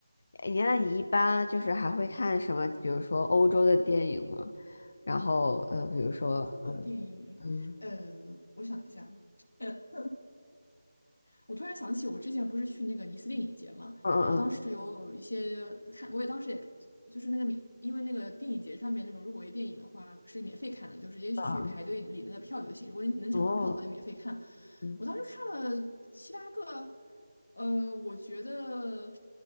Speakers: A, on the left (about 40°); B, on the left (about 70°).
A: 哎，那你一般就是还会看什么？比如说欧洲的电影吗？然后，呃，比如说，
B: 欧洲的电影。
A: 嗯，
B: 呃，我想一下。嗯。我突然想起，我之前不是去那个尼斯电影节嘛，
A: 嗯嗯
B: 然后当时有一些看，我也当时也就是那个免，因为那个电影节上面那种入围电影的话是免费看的，就直接去排队领那个票就行。
A: 嗯
B: 如果你能抢到票的话，
A: 嗯，嗯哦，
B: 就免费看。
A: 嗯
B: 我当时看了七八个，呃，我觉得